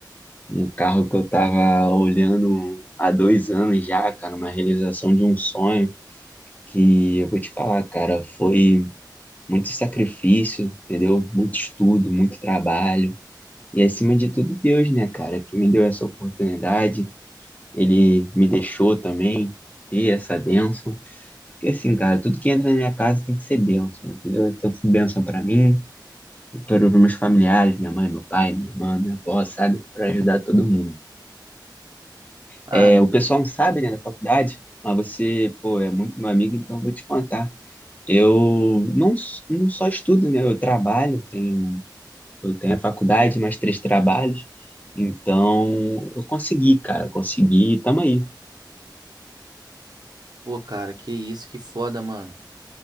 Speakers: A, on the left (about 20°); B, on the right (about 60°).
A: um carro que eu tava olhando há dois anos já, cara, uma realização de um sonho. que eu vou te falar, cara, foi muito sacrifício, entendeu? Muito estudo, muito trabalho. E acima de tudo, Deus, né, cara, que me deu essa oportunidade. Ele me deixou também ter essa bênção. Porque assim, cara, tudo que entra na minha casa tem que ser bênção, entendeu? Então, tudo bênção pra mim, para os meus familiares, minha mãe, meu pai, minha irmã, minha avó, sabe? Pra ajudar todo mundo.
B: Ah,
A: É, o pessoal não sabe, né, da faculdade, mas você, pô, é muito meu amigo, então eu vou te contar. Eu não, s- não só estudo, né? Eu trabalho, tenho, eu tenho a faculdade, mais três trabalhos. Então, eu consegui, cara, eu consegui, tamo aí.
B: pô, cara, que isso, que foda, mano.